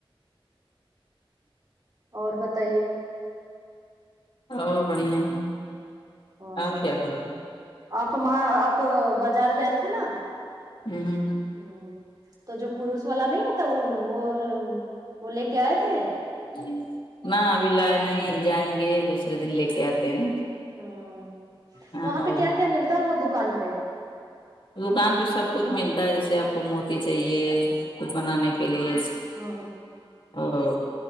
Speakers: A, on the right; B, on the left.
A: اور بتائیے
B: ا بڑیا
A: ہ
B: آپ کیا کر
A: آپ ما آپ باجار گئے تھے نا
B: ہیں ہوں
A: ہ تو جو کرروس والا نہیں ہوتا وہ وہ وہ لے کے آئے تھے
B: جی نہ ابھی لائے نہیں جائیں گے دوسرے دن لے کے آتے ہیں
A: ہاں
B: ہاں
A: وہاں پہ کیا کیا ملتا وہ دکان پہ
B: دکان پہ سب کچھ ملتا ہے جیسے آپ کو موتی چاہیے کچھ بنانے کے لیے
A: ہ
B: اور